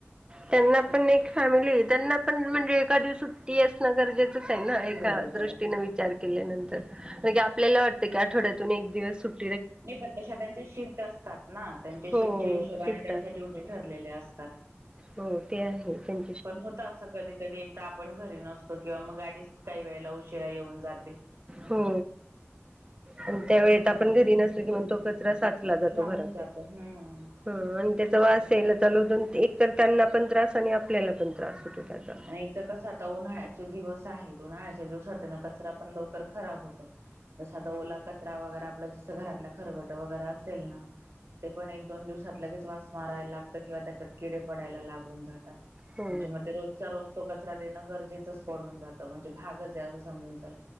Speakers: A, on the right (about 20°); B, on the right (about 70°).
A: त्यांना पण एक फॅमिली आहे त्यांना पण म्हणजे एका दिवस सुट्टी असणं गरजेच <unintelligible> ना एका
B: बरोबर
A: दृष्टीने
B: आहे.
A: विच विचार केल्यांतर, नाही का आपल्याला वाटतं की आठवड्यातून एक दिवस सुट
B: नाही पण तश त्यांच्या शिफ्ट असतात ना त्यांच्या
A: हो
B: शिफ्टच्या हिशोबाने
A: शिफ्ट
B: त्यांच्या
A: असत
B: ड्युटी ठरलेल्या असत. तात
A: हो ते आहे त्यां
B: पण होत असं कधी-कधी एकदा आपण घरी नसतो किंवा मग गाडीच काही वेळेला उशिरा येऊन जाते.
A: हो. आणि त्या वेळत आपण घरी नसल की मग तो कचरा साचला जातो
B: राहून
A: घरातच,
B: जातो हम्म.
A: हा. अन त्याचा वास येल चालू होतो एक तर त्यांना पण त्रास आणि आपल्याला पण त्रास होतो त्याचा.
B: आणि एक तर कसं आता उन्हाळ्याचे दिवस आहेत उन्हाळ्याच्या दिवसात ना कचरा पण लवकर खराब होतो. तस आता ओला कचरा वगैरे आपलं जसं घरातला खरवट वगैरे असेल ना ते पण एक-दोन दिवसात लगेच वास मारायला लागतं किंवा त्याच्यात किडे पडायला लागून जातात.
A: हो
B: म्हणजे मग ते रोजचा रोज तो कचरा देणं गरजेचंच पडून जातं म्हणजे भागच आहे असं समजून चला.